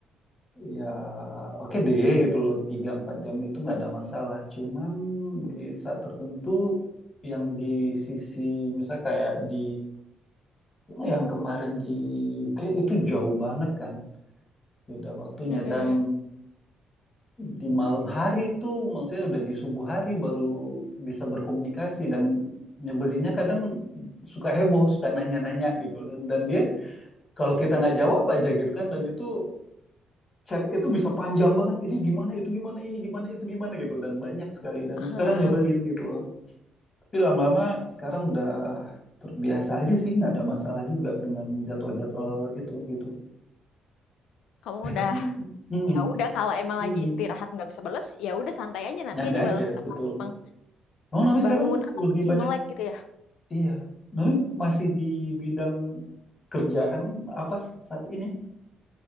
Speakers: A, on the left; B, on the left.
A: ya oke deh gitu loh tiga empat jam itu nggak ada masalah cuman di saat tertentu yang di sisi misal kayak di yang kemarin di UK itu jauh banget kan beda waktunya
B: Mm-mm.
A: dan di malam hari itu maksudnya udah di subuh hari baru bisa berkomunikasi dan nyebelinnya kadang suka heboh suka nanya-nanya gitu dan dan dia kalau kita nggak jawab aja gitu kan dan itu chat itu bisa panjang banget ini gimana itu gimana ini gimana itu gimana gitu dan banyak sekali dan
B: Eh,
A: itu kadang nyebelin gitu loh tapi lama-lama sekarang udah terbiasa aja sih nggak ada masalah juga dengan jadwal-jadwal itu gitu
B: Kamu
A: tapi
B: udah
A: mm-mm,
B: ya udah kalau emang
A: mm
B: lagi istirahat nggak bisa bales ya udah santai aja nanti
A: nyantai
B: aja
A: aja
B: bales ke
A: betul
B: pas emang
A: Nomi Nomi
B: bangun
A: sekarang
B: atau
A: lebih
B: masih
A: banyak
B: melek gitu ya.
A: iya Nomi masih di bidang kerjaan apa s- saat ini